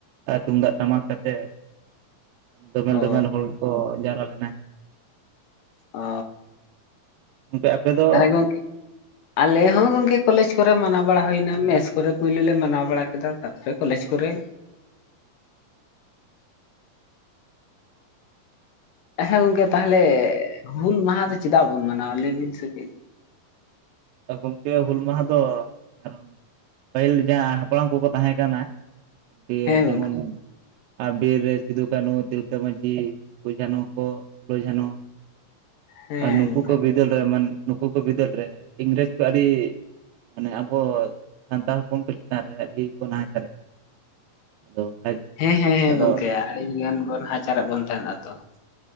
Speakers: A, on the right; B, on the left.
A: ᱟᱨ ᱛᱩᱢᱫᱟᱜ ᱴᱟᱢᱟᱠ ᱠᱟᱛᱮ ᱫᱚᱢᱮᱞ
B: ᱚ
A: ᱫᱚᱢᱮᱞ ᱦᱚᱲ ᱜᱮ ᱠᱚ ᱡᱟᱣᱨᱟ ᱞᱮᱱᱟ
B: ᱚ
A: ᱜᱚᱝᱠᱮ ᱟᱯᱮ ᱫᱚ
B: <inaudible> ᱜᱚᱝᱠᱮ ᱟᱞᱮ ᱦᱚᱸ ᱜᱚᱝᱠᱮ ᱠᱚᱞᱮᱡᱽ ᱠᱚᱨᱮ ᱢᱟᱱᱟᱣ ᱵᱟᱲᱟ ᱦᱳᱭᱱᱟ ᱢᱮᱥ ᱠᱚᱨᱮ ᱯᱩᱭᱞᱩ ᱞᱮ ᱢᱟᱱᱟᱣ ᱵᱟᱲᱟ ᱠᱮᱫᱟ ᱛᱟᱯᱚᱨᱮ ᱠᱚᱞᱮᱡᱽ ᱠᱚᱨᱮ ᱦᱮᱸ ᱜᱚᱝᱠᱮ ᱛᱟᱦᱞᱮ ᱦᱩᱞ ᱢᱟᱦᱟ ᱫᱚ ᱪᱮᱫᱟᱜ ᱵᱚᱱ ᱢᱟᱱᱟᱣᱟ ᱞᱟᱹᱭ ᱵᱤᱱ ᱥᱮ ᱠᱟᱹᱡ
A: ᱜᱚᱝᱠᱮ ᱦᱩᱞ ᱢᱟᱦᱟ ᱫᱚ ᱠᱟᱨᱚᱱ ᱯᱟᱹᱦᱤᱞ ᱡᱟᱸᱦᱟ ᱦᱟᱯᱲᱟᱢ ᱠᱚ ᱠᱚ ᱛᱟᱦᱮᱸ ᱠᱟᱱᱟ, ᱫᱤᱭᱮ
B: ᱦᱮᱸ
A: ᱡᱮᱢᱚᱱ
B: ᱜᱚᱝᱠᱮ
A: ᱟᱨ ᱵᱤᱨ ᱨᱮ ᱥᱤᱫᱩ ᱠᱟᱹᱱᱦᱩ ᱛᱤᱞᱠᱟᱹ ᱢᱟᱡᱷᱤ ᱱᱩᱠᱩ ᱡᱷᱟᱱᱚ ᱠᱚ ᱯᱷᱩᱞᱚ ᱡᱷᱟᱱᱚ᱾
B: ᱦᱮᱸ
A: ᱟᱨ ᱱᱩᱠᱩ
B: ᱜᱚᱝᱠᱮ
A: ᱠᱚ ᱵᱤᱫᱟᱹᱞ ᱨᱮ ᱢᱟᱱ ᱱᱩᱠᱩ ᱠᱚ ᱵᱤᱫᱟᱹᱞ ᱨᱮ ᱤᱝᱨᱮᱡᱽ ᱠᱚ ᱟᱹᱰᱤ ᱢᱟᱱᱮ ᱟᱵᱚ ᱥᱟᱱᱛᱟᱲ ᱦᱚᱯᱚᱱ ᱠᱚ ᱪᱮᱛᱟᱱ ᱨᱮ ᱟᱹᱰᱤ ᱠᱚ ᱱᱟᱦᱟᱪᱟᱨᱮᱫ ᱛᱟᱦᱮᱸᱫ᱾ ᱟᱫᱚ ᱠᱷᱟᱡ
B: ᱦᱮᱸ ᱦᱮᱸ ᱦᱮᱸ
A: ᱟᱫᱚ
B: ᱜᱚᱝᱠᱮ ᱟᱹᱰᱤ ᱜᱟᱱ ᱠᱚ <unintelligible> ᱱᱟᱦᱟᱪᱟᱨᱮᱜ ᱵᱚᱱ ᱛᱟᱦᱮᱸᱱᱟ ᱛᱚ᱾